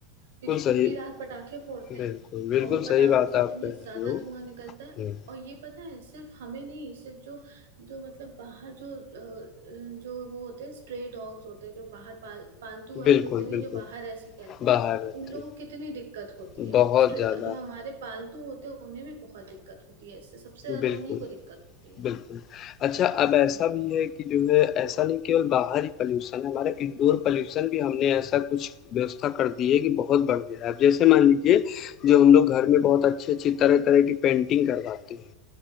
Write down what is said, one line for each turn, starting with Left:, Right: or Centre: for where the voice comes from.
Right: क्योंकि
Left: बिल्कुल सही
Right: पूरी रात पटाखे फोड़ते
Left: बिल्कुल
Right: हैं
Left: बिल्कुल
Right: और वो पटाखों
Left: सही बात
Right: से इतनी
Left: आप कह रहे
Right: ज्यादा
Left: हो
Right: धुआं निकलता है
Left: हम्म,
Right: और ये पता है सिर्फ हमें नहीं सिर्फ जो जो मतलब बाहर जो अ, जो वो होते हैं स्ट्रे डॉग्स होते हैं जो बाहर पाल पालतू वाले
Left: बिल्कुल
Right: कुत्ते नहीं
Left: बिल्कुल
Right: जो बाहर ऐसे ही टहलते
Left: बाहर
Right: हैं
Left: रहते
Right: उन लोगों को कितनी दिक्कत होती
Left: हैं,
Right: है
Left: बहुत
Right: स्ट्रे
Left: ज्यादा
Right: जो हमारे पालतू होते हैं उन्हें भी बहुत दिक्कत होती है इससे सबसे ज्यादा
Left: बिल्कुल
Right: उन्हीं को दिक्कत होती है
Left: बिल्कुल। अच्छा अब ऐसा
Right: हम्म।
Left: भी है कि जो है ऐसा नहीं केवल बाहर ही पॉल्यूशन है, हमारे इंडोर पॉल्यूशन भी हमने ऐसा कुछ व्यवस्था कर दी है कि बहुत बढ़ गया है। अब जैसे मान लीजिए जो हम लोग घर में बहुत अच्छी-अच्छी तरह-तरह की पेंटिंग करवाते हैं।